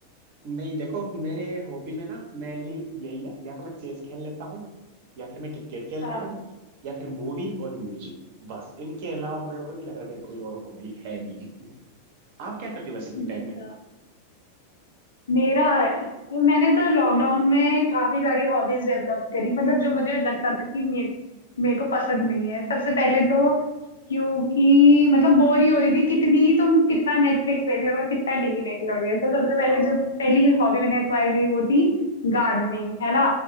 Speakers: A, on the right; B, on the left.
A: नहीं देखो मेरे हॉबी में ना मेनली यही है या तो मैं चेस खेल लेता हूँ या फिर मैं क्रिकेट खेलता
B: हाँ,
A: हूँ या फिर मूवी और म्यूजिक बस इनके अलावा मेरे को नहीं लग रहा मेरी कोई और हॉबी है भी <laughs> आप क्या करते हो वैसे
B: हुँ।
A: फ्री टाइम में
B: हाँ। मेरा मैंने तो लॉकडाउन में काफी सारी हॉबीज डेवलप करी मतलब जो मुझे लगता था कि मेरे मेरे को पसंद भी नहीं है सबसे पहले तो
A: हाँ
B: क्योंकि मतलब बोर ही हो रही थी कितनी ही तुम कितना नेटफ्लिक्स देख लोगे कितना टीवी देख लोगे तो सबसे पहले
A: हाँ,
B: जो पहली हॉबी मैंने एक्वायर करी वो थी गार्डनिंग है ना